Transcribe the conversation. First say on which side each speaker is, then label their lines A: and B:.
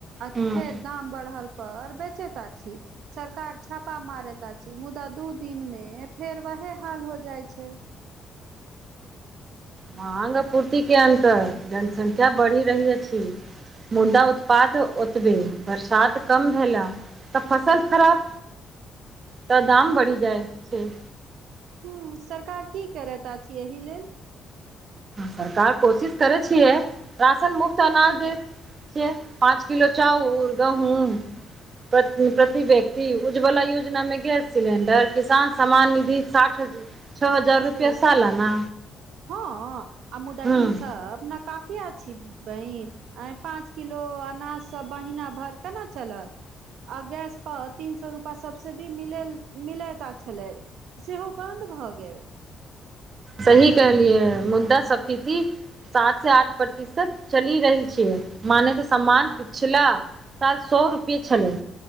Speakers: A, on the right (about 80°); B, on the right (about 45°).
A: आ
B: हँ
A: फेर दाम बढ़ल पर बेचैता अछि। सरकार छापा मारैत अछि मुदा दू दिनमे फेर वहे हाल हो जाइ छैय।
B: मांग आपूर्तिके अन्तर जनसंख्या बढ़ि रहल अछि। मुदा उत्पाद ओतबे, बरसात कम भेला। त फसल खराब त दाम बढ़ि जाइ छैय।
A: ह सरकार की करैत अछि एहि लेल।
B: सरकार कोशिश करै छियै राशन मुफ्त अनाज देत छैय, पाँच किलो चाउर, गहूंम प्रति व्यक्ति उज्जवला योजनामे गैस सिलेंडर किसान समान निधि साठि छओ हजार रुपैआ
A: छै
B: सालाना
A: हँ आ मुुदा
B: हूँ
A: इ सब न काफी अछि बहिन आ इ पाँच किलो अनाज सभ महीना भरि केना चलत। आ गैस पर तीन सए रुपआ सब्सिडी मिलैल मिलैत छलै सेहो बन्द भऽ गेल।
B: सही कहलियएै मुद्दा सब्सिडी सात से आठ प्रतिशत चलि रहल छैय माने की सम्मान पिछला साल सए रुपैए छलै